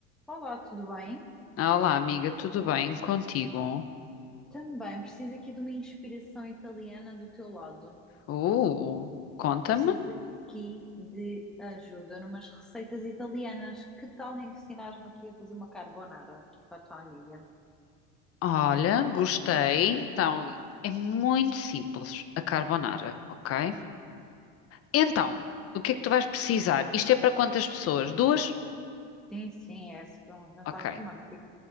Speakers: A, in the centre; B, on the left (about 45°).
A: Olá, tudo bem?
B: Ah, Olá, amiga, tudo bem contigo?
A: Também preciso aqui de uma inspiração italiana do teu lado.
B: Uh, conta-me.
A: Preciso aqui de ajuda numas receitas italianas. Que tal ensinares-me aqui a fazer uma carbonara aqui para a tua amiga?
B: Olha, gostei. Então, é muito simples a carbonara, ok? Então, o que é que tu vais precisar? Isto é para quantas pessoas? Duas?
A: Sim, sim, é esse que é um jantar
B: Ok,
A: romântico.